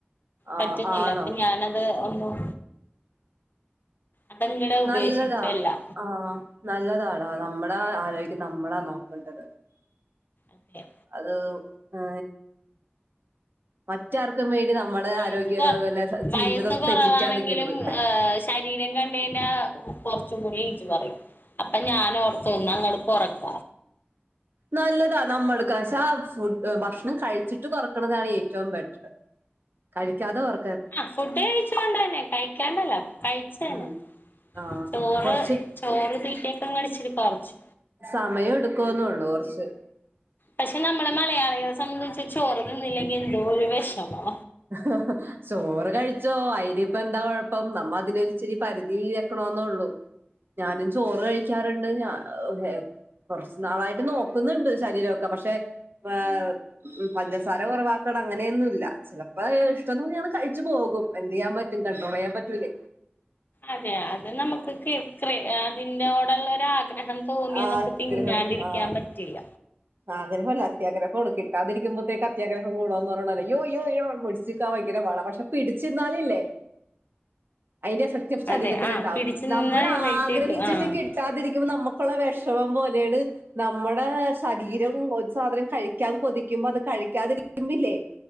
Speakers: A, on the right (about 65°); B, on the left (about 55°).
A: ആഹ്
B: പറ്റുന്നില്ല
A: ആണോ
B: അപ്പൊ ഞന ത് ഒന്നും അതങ്ങട് ഉപേക്ഷിച്ചല്ലാ
A: നല്ലതാ ആഹ് നല്ലതാടാ നമ്മളെ ആരോഗ്യം നമ്മളാ നോക്കണ്ടത്.
B: അതെ
A: അത് ഏ മറ്റാർക്കുംവേണ്ടി നമ്മടെ
B: വയസ്സ്
A: ആരോഗ്യ
B: കൊറ
A: വെ ല്ല ജീവിതം
B: വയസ്സ് കൊറവാണെങ്കിലും
A: തെജിക്കാൻനിക്കരുത്
B: ഏഹ് ശരീരം കണ്ടകഴഞ്ഞാ കൊർച്ചുംകൂടി എയ്ജ് പറയും അപ്പൊ ഞാനോർ ഒന്നങ്ങട് കൊറക്ക
A: നല്ലതാ നമ്മൾക്ക് കഷാ ആ ഫുഡ് ഭക്ഷണം കഴിച്ചിട്ട് കുറക്കണതാ ഏറ്റവും ബെറ്റർ കഴിക്കാതെകൊർ
B: ആ ഫുഡ് കഴിച്ചോണ്ടെന്നേ കഴിക്കാണ്ടല്ല കഴിച്ചെന്നെ
A: ഉം ആഹ്
B: ട്ടോറ്
A: കൊറച്ച്
B: ചോറ് തീറ്റെക്കങ്ങട് ച്ചിരി കൊർച്ച്
A: സമയ എടുകൊന്നൊള്ളു കൊർച്ച്
B: പക്ഷെ നമ്മള് മലയാളികളെ സംബന്ധിച്ച് ചോർതിന്നില്ലെങ്കി എന്തോര് വെഷമവാ.
A: <unintelligible> ചോറ് കഴിച്ചോ അയ്നിപ്പേന്താ കൊഴപ്പം നമ്മ അതിനിച്ചിരി പരിധിയിൽ വെക്കണോന്നൊള്ളൂ ഞാനും ചോറ്കഴിക്കാർണ്ട് ഞ ഹു ഹെ. കൊർച്ച് നാളായിട്ട് നോക്കുന്നുണ്ട് ശരീരൊക്കെ പക്ഷെ വാവ് പഞ്ചസാര കൊറവാക്കണ അങ്ങനെയൊന്നും. ഇല്ല ചിലപ്പോ ഇഷ്ടം തോന്നിയാ ഞങ്ങള് കഴിച്ചു പോകും എന്ത് ചെയ്യാൻ പറ്റും കണ്ടട്രോൾ ചെയ്യാൻ പറ്റൂലേ
B: അതെ അത് നമുക്ക്കി ക്രി അതിന്റോട്ള്ള ഒര് ആഗ്രഹം തോന്നിയാ
A: ആഗ്രഹം
B: നമുക്ക് തിന്നാണ്ടിരിക്കാൻ
A: ആ
B: പറ്റില്ല
A: ആഗ്രഹമല്ല അത്യാഗ്രഹം കൂ കിട്ടാതിരിക്കുമ്പോഴാത്തേക്കെ അത്യാഗ്രഹം കൂടുമെന്ന് പറയണ പോലെ ഇയ്യോ ഇയ്യോ യ്യോ പിടിച്ചിക്കാൻ ഭയങ്കര പാടാ പക്ഷെ പിടിച്ചിന്നാലില്ലേ അതിന്റെ എഫക്ട് ചപ്പ് ശരീരത്തിലുണ്ടാവും
B: അതെ ആഹ് പിടിച്ചു നിന്നാ
A: നമ്മൾ
B: വെയിറ്റ്
A: ആഗ്രഹിച്ചിട്ട്
B: കിട്ടും ആഹ്
A: കിട് റ്റാതിരിക്കുമ്പോൾ നമ്മക്കൊള്ള വെഷമം പോലെയാണ് നമ്മുടെ ശരീരം ഒരു സാധനം കഴിക്കാൻ കൊതിക്കുമ്പോ അത് കഴിക്കാതിരിക്കുമ്പ ഇല്ലേ